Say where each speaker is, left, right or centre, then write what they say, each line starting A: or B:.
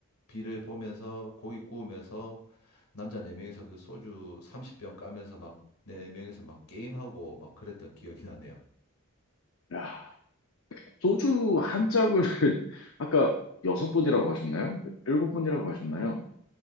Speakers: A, on the left (about 80°); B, on the left (about 65°).
A: 비를 보면서 고기 구우면서 남자 네 명이서 그 소주 30병 까면서 막 네 명이서 막 게임하고 막 그랬던 기억이 나네요.
B: 야. 소주 한 짝을 <laughs> 아까 여섯 분이라고 하셨나요? 일곱 분이라고 하셨나요?